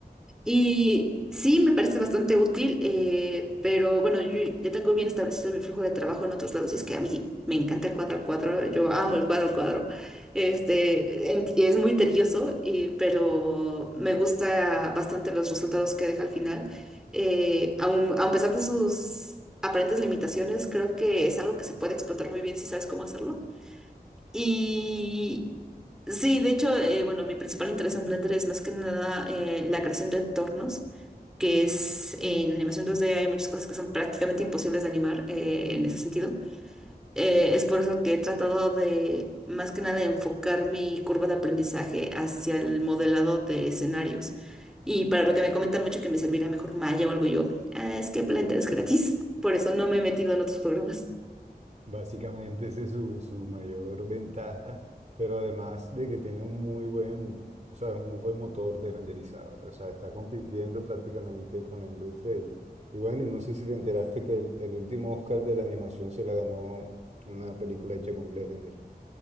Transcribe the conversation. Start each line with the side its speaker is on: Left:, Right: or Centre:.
Centre: Y sí, me parece bastante útil, eh, pero bueno, yo ya tengo bien establecido mi flujo de trabajo en otros lados y es que a mí me encanta el cuadro al cuadro, yo amo el cuadro al cuadro. Este, en- es muy tedioso, y- pero me gusta bastante los resultados que deja al final. Eh, aun- a pesar de sus aparentes limitaciones, creo que es algo que se puede explotar muy bien si sabes cómo hacerlo. Y sí, de hecho, eh, bueno, mi principal interés en Blender es más que nada eh, la creación de entornos que es en animación 2D hay muchas cosas que son prácticamente imposibles de animar eh, en ese sentido. Eh, es por eso que he tratado de, más que nada, enfocar mi curva de aprendizaje hacia el modelado de escenarios. Y para lo que me comentan mucho que me servirá mejor Maya o algo yo, "Ah, es que Blender es gratis, por eso no me he metido en otros programas.
Right: Básicamente esa es su, su mayor ventaja, pero además de que tiene un muy buen, o sea, un buen motor de renderizado. O sea, está compitiendo prácticamente con la industria. Y, y bueno, y no sé si te enteraste que el, el último Oscar de la animación se la ganó una película hecha con Blender.